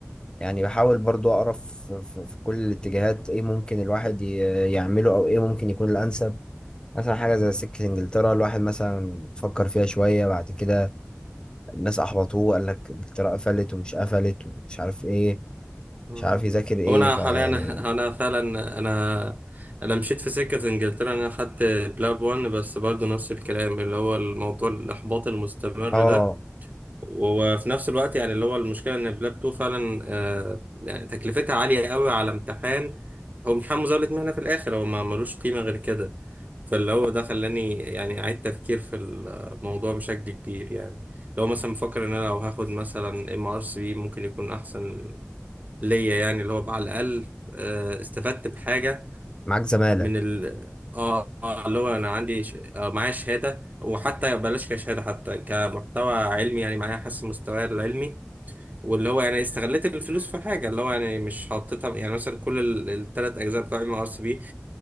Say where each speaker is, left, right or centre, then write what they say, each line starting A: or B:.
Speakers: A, on the left; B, on the right.
A: يعني بحاول برضه اقرا في, في, في كل الاتجاهات ايه ممكن الواحد ي- يعمله او ايه ممكن يكون الانسب مثلا حاجة زي سكة انجلترا الواحد مثلا فكر فيها شوية بعد كده الناس احبطوه قال لك انجلترا قفلت ومش قفلت ومش عارف ايه
B: مم.
A: مش عارف يذاكر ايه
B: هو أنا
A: فيعني
B: حاليا <laughs> أنا فعلا أنا أنا مشيت في سكة إنجلترا أنا خدت بلاب 1 بس برضه نفس الكلام اللي هو الموضوع الإحباط المستمر
A: اه
B: ده وفي نفس الوقت يعني اللي هو المشكلة إن بلاب 2 فعلا آه، يعني تكلفتها عالية قوي على امتحان هو امتحان مزاولة مهنة في الآخر هو ما ملوش قيمة غير كده فاللي هو ده خلاني يعني أعيد تفكير في الموضوع بشكل كبير يعني لو مثلا بفكر إن أنا لو هاخد مثلا ام ار سي بي ممكن يكون أحسن ليا يعني اللي هو على الأقل آه، استفدت بحاجة
A: معاك زمالة
B: من ال اه آه، اللي هو انا عندي ش... آه، معايا شهاده وحتى بلاش كشهاده حتى كمحتوى علمي يعني معايا حاسس مستواي العلمي واللي هو يعني استغليت الفلوس في حاجه اللي هو يعني مش حطيتها يعني مثلا كل الثلاث اجزاء بتوع ام ار سي بي